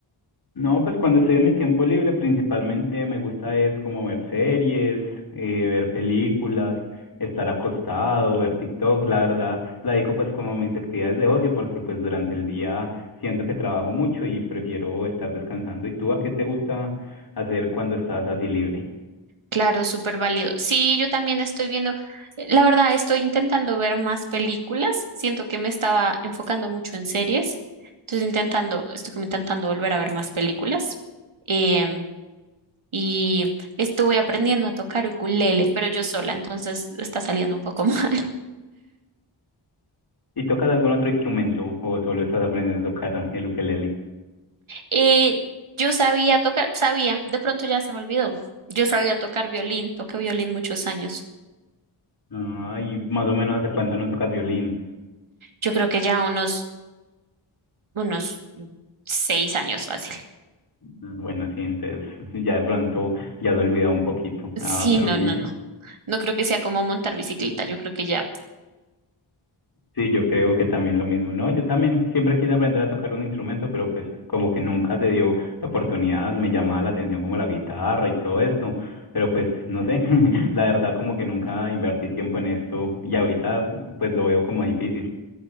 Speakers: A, on the left; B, on the right.
A: No, pues cuando estoy en mi tiempo libre principalmente me gusta es como ver series, eh, ver películas, estar acostado, ver TikTok, la verdad, la digo pues como mis actividades de ocio porque pues durante el día siento que trabajo mucho y prefiero estar descansando. ¿Y tú a qué te gusta hacer cuando estás así libre?
B: Claro, súper válido. Sí, yo también estoy viendo, eh, la verdad, estoy intentando ver más películas. Siento que me estaba enfocando mucho en series. Entonces intentando, estoy como intentando volver a ver más películas. Em, y estuve aprendiendo a tocar ukulele, pero yo sola, entonces está saliendo un poco <laughs> mal.
A: ¿Y tocas algún otro instrumento o solo estás aprendiendo a tocar el ukelele?
B: Eh, yo sabía tocar, sabía, de pronto ya se me olvidó. Yo sabía tocar violín, toqué violín muchos años.
A: Ah, y más o menos hace cuánto no tocas violín.
B: Yo creo que ya unos, unos seis años fácil. <laughs>
A: Ah, Bueno, sí, entonces <laughs> ya de pronto ya has olvidado un poquito. Ah,
B: Sí,
A: pero
B: no,
A: bien.
B: no, no. No creo que sea como montar bicicleta, yo creo que ya.
A: Sí, yo creo que también lo mismo. No, yo también siempre quise aprender a tocar un instrumento, pero pues como que nunca se dio la oportunidad, me llamaba la atención como la guitarra y todo esto, pero pues no sé, <laughs> la verdad como que nunca invertí tiempo en esto y ahorita pues lo veo como difícil.